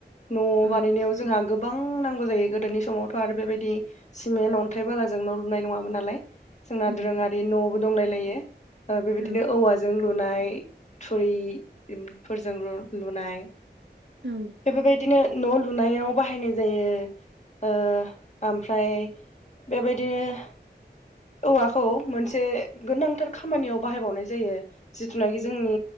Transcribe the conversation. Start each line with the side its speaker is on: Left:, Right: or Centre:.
Left: न' बानायनायाव
Right: औ
Left: जोंहा गो बां नांगौ जायो गोदोनि समावथ' आरो बेबायदि सिमेन्ट अन्थाइ बालाजों न' लुनाय नङामोन नालाय जोंना
Right: नंगौ
Left: दोरोङारि न'बो दंलायलायो बेबायदिनो
Right: औ
Left: औवा लुनाय थुरि फोरजों लुनाय
Right: औ
Left: बेफोरबायदिनो न' लुनायाव बाहायनाय जायो ओ ओमफ्राय बेबायदिनो औवाखौ मोनसे गोनांथार खामानियाव बाहायबावनाय जायो जिथुनाखि जोंनि